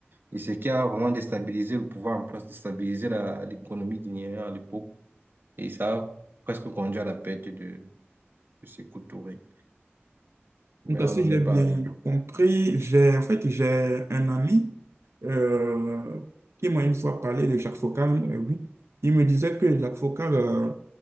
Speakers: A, on the right; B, on the right.
A: Et ce qui a vraiment déstabilisé le pouvoir en place, déstabilisé la- l'économie guinéenne à l'époque. Et ça a presque conduit à la perte de, de Sékou Touré.
B: Donc,
A: Mais on
B: si
A: n'en
B: j'ai
A: est
B: bien
A: pas arrivé.
B: compris, j'ai en fait j'ai un ami euh, qui m'a une fois parlé de Jacques Foccart. euh, oui. Il me disait que Jacques Foccart, euh,